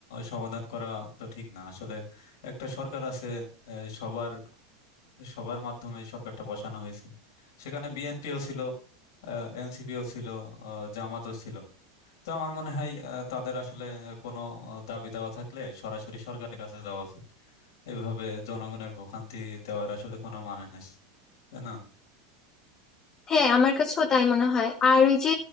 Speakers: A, on the left; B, on the left.
A: সমাধান করা তো ঠিক না আসলে একটা সরকার আছে আহ, সবার সবার মাধ্যমে সরকারটা বসানো হয়েছে সেখানে বিএনপিও ছিল এনসিপিও ছিল আহ, জামাতও ছিল তো আমার মনে হয় আহ, তাদের আসলে আহ, কোনো আহ, দাবি দাওয়া থাকলে সরাসরি সরকারের কাছে যাওয়া উচিত এভাবে জনগণের ভোগান্তি দেওয়ার আসলে কোনো মানে নাই তাই না
B: হ্যাঁ আমার কাছেও তাই মনে হয় আর ওই যে